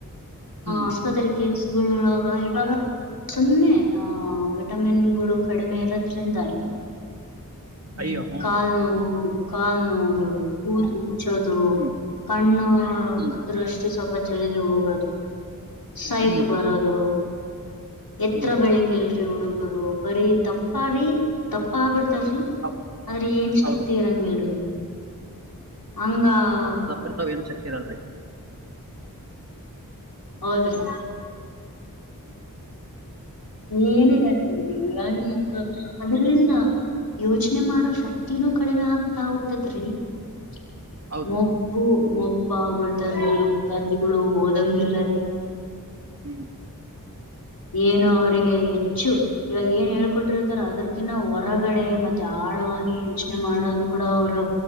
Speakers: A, on the right; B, on the left.
A: ಹ್ಮ್
B: ಆಸ್ಪತ್ರೆಗೆ ಗುಳಳವ ಇವಾಗ ಸುಮ್ನೆ ಆಹ ವಿಟಮಿನ್ಗಳು ಕಡಿಮೆ ಇರೋದ್ರಿಂದ ಅಲ್ ಹು
A: ಅಯ್ಯೋ ಹ್ಮ್
B: ಕಾಲ ನೋವಗು ಕಾಲು ನೋವಗಳು ಕೂದಲ ಉಚ್ಚೋದು.
A: ಹ್ಮ್
B: ಕಣ್ಣು
A: ಹ್ಮ್
B: ದೃಷ್ಟಿ ಸ್ವಲ್ಪ ಜಲದಿ ಹೋಗೋದು. <unintelligible> ಸೈಟ್
A: ಹ್ಮ್
B: ಬರೋದು. <unintelligible> ಎತ್ರ
A: ಹ್ಮ್
B: ಬೆಳಂಗಿಲ್ರಿ ಹುಡುಗರು ಬರೀ ದಪ್ಪ ರೀ ದಪ್ಪ ಆಗಬಿ <unintelligible> ತರಿ
A: ಹೌ-
B: ಆದರೆ ಏನ್ ಶಕ್ತಿ
A: ಹೌದ್ರಿ
B: ಇರಂಗಿಲರಿ. <unintelligible> ಹಂಗಾ <unintelligible>
A: ಇರ್ತಾವ್ ಏನ್ ಶಕ್ತಿ ಇರಲ್ರರಿ. <unintelligible>
B: ಹೌದರಿ. <unintelligible>
A: <unintelligible>
B: ಏನ ಇರಂಗಿಲ್ಲ ರೀ ಇವಾಗಿನ ಮಕ್ಕಳ ಅದ್ರಲಿಂದಾ? <unintelligible> ಯೋಚನೆ ಮಾಡೋ ಶಕ್ತಿನೂ ಕಡಿಮೆ ಆಗ್ತಾ ಹೋಗ್ತೇತ್ರಿ. <unintelligible>
A: ಹೌದ್ರಿ
B: ಮೋಗು ಮೊ <unintelligible> ಬಾಳ್ ಹೊಗಳತಾರೀ ವಿದ್ಯಾರ್ಥಿಗಳು ಓದಂಗ ಇಲ್ಲರಿ. <unintelligible>
A: ಹು <unintelligible>
B: ಏನು ಅವರಿಗೆ ಹೆಚ್ಚು ಇವಾಗ ಏನ್ ಹೇಳ್ಕೊಟ್ಟಿರ್ತಾರ ಅದಕಿನ್ನ ಹೊರಗಡೆ ಮತ್ತೆ ಆಳ <unintelligible> ವಾಗಿ ಯೋಚನೆ ಮಾಡೋದು ಕೂಡ ಅವರು